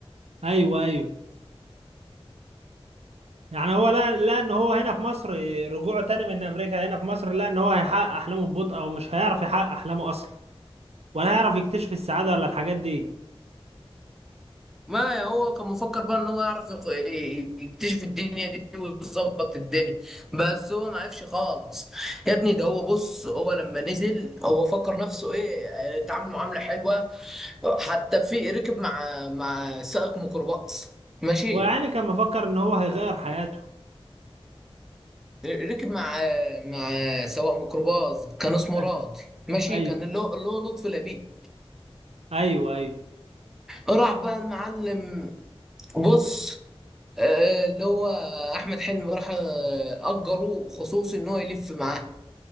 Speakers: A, on the right; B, in the centre.
A: ايوه ايوه يعني هو لا لا ان هو هنا في مصر رجوعه تاني من امريكا هنا في مصر لا ان هو هيحقق احلامه ببطء او مش هيعرف يحقق احلامه اصلا ولا هيعرف يكتشف السعادة ولا الحاجات دي
B: ما هو كان مفكر بقى ان هو يعرف يخ- يكتشف الدنيا دي ويظبط الدنيا بس هو ما عرفش خالص يا ابني ده هو بص هو لما نزل هو فكر نفسه ايه اتعامل معامله حلوه حتى في ركب مع مع سائق ميكروباص ماشي
A: ويعني كان مفكر ان هو هيغير حياته
B: ركب مع مع سواق ميكروباص كان اسمه
A: ايوه
B: راضي ماشي
A: ايوه
B: كان اللي هو اللي هو لطفي لبيب
A: ايوه ايوه
B: راح بقى المعلم بص آه، اللي هو احمد حلمي راح آه، اجروه خصوصي ان هو يلف معاه